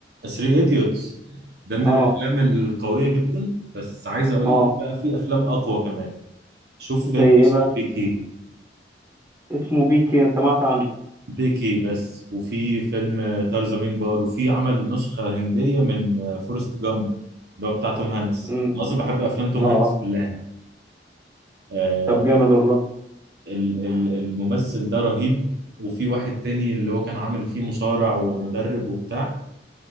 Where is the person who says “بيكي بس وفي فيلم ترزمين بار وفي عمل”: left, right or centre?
Right